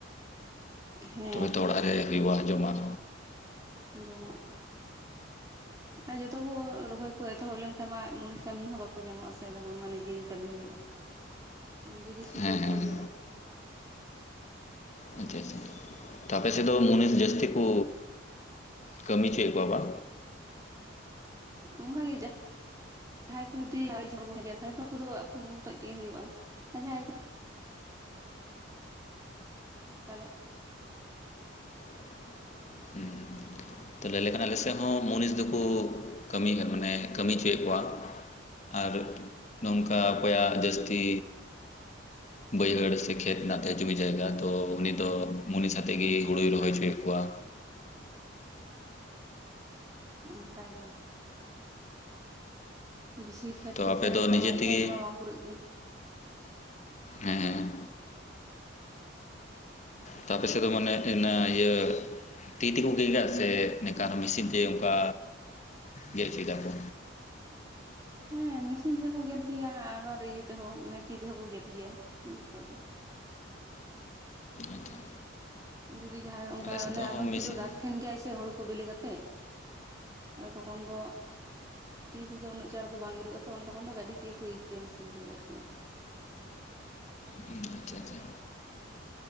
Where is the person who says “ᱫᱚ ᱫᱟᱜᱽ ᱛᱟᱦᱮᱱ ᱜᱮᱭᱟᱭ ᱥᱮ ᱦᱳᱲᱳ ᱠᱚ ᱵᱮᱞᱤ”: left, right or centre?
Right